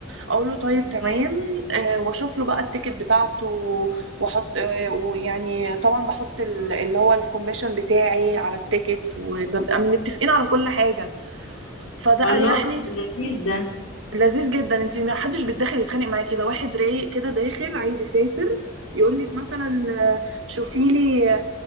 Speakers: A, on the right (about 65°); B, on the left (about 85°).
A: اقول له طيب
B: اوكي
A: تمام آه، واشوف له بقى التيكت بتاعته واحط آه، ويعني طبعا بحط ال- اللي هو الكوميشن بتاعي على التيكت وببقى متفقين على كل حاجه فده اريح
B: الله بس
A: لي
B: لذيذ ده
A: لذيذ جدا انت ما حدش بيتدخل يتخانق معايا كده واحد رايق كده داخل عايز يسافر يقول لك مثلا آه، شوفي لي